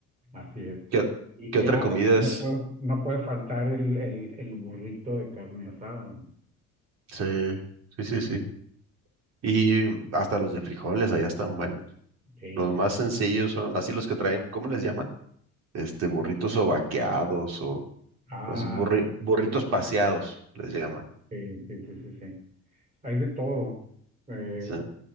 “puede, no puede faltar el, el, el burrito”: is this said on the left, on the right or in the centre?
Right